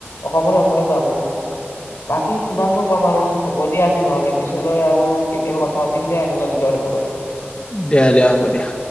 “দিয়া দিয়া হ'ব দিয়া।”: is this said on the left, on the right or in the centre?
Left